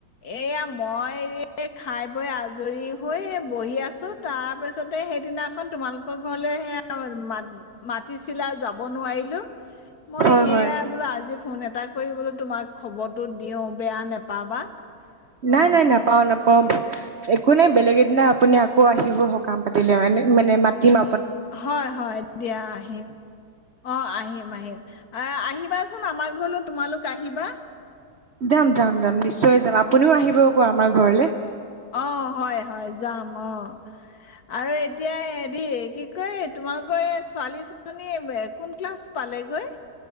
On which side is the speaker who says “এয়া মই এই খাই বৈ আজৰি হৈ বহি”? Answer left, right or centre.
Left